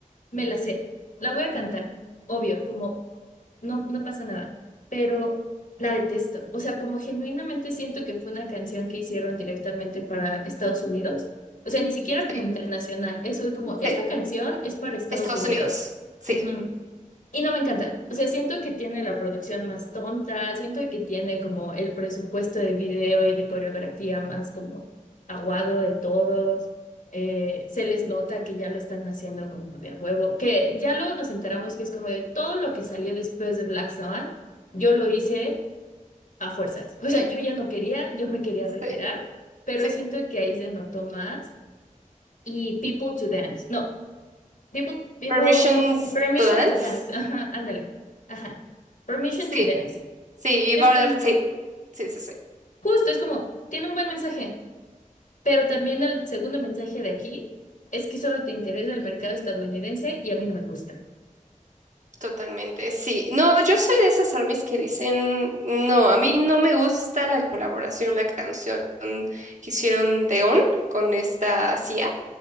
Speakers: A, on the left; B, on the right.
A: Me la sé. La voy a cantar, obvio, como no, no pasa nada, pero la detesto. O sea, como genuinamente siento que fue una canción que hicieron directamente para Estados Unidos. O sea, ni siquiera
B: Sí,
A: como internacional. Eso es como, esta
B: sí. De
A: canción es para Estados
B: Estados
A: Unidos.
B: Unidos. Sí,
A: Ujú. Y no me encanta. O sea, siento que tiene la producción más tonta, siento que tiene como el presupuesto de video y de coreografía más como aguado de todos. Eh, se les nota que ya lo están haciendo como de a huevo, que ya luego nos enteramos que es como de todo lo que salió después de Black Swan, yo lo hice a fuerzas. O sea, yo ya no quería, yo me quería
B: sí,
A: retirar, pero
B: sí.
A: siento que ahí se notó más. Y People to Dance. No. People, people,
B: Permissions
A: permission
B: to Dance.
A: to dance. <laughs> Ajá, ándale. Ajá. Permission
B: Sí,
A: to dance.
B: sí. Y
A: Es
B: Border,
A: como,
B: sí. Sí, sí, sí.
A: justo, es como, tiene un buen mensaje, pero también el segundo mensaje de aquí es que solo te interesa el mercado estadounidense y a mí no me gusta.
B: Totalmente, sí. No, yo soy de esas armies que dicen, no, a mí no me gusta la colaboración, la canción que hicieron de On con esta CIA.